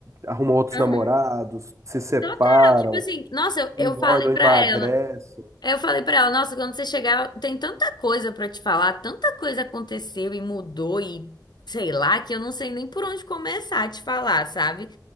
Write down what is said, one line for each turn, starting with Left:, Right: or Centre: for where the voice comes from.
Right: arrumam outros
Left: Aham.
Right: namorados, se separam,
Left: Total, tipo assim, nossa, eu,
Right: engordam,
Left: eu falei pra
Right: emagrecem.
Left: ela. Aí Eu falei pra ela, nossa, quando você chegar, tem tanta coisa pra te falar, tanta coisa aconteceu e mudou e sei lá, que eu não sei nem por onde começar a te falar, sabe?